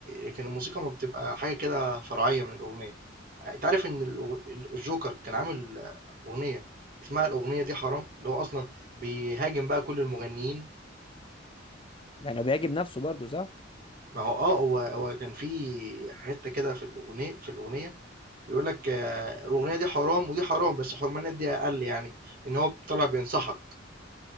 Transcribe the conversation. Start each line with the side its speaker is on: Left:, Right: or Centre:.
Right: لكن الموسيقى ما بتبقى حاجة كده فرعية من الأغنية. انت عارف ان الأغ- الجوكر كان عامل اغنيه اسمها الاغنيه دي حرام اللي هو اصلا بيهاجم بقى كل المغنيين
Left: يعني هو بيعجب نفسه برضه صح
Right: ما هو اه هو هو كان في حته كده في الاغنيه في الاغنيه بيقول لك آه، الاغنيه دي حرام ودي حرام بس حرمانيات دي اقل يعني ان هو طلع بينصحك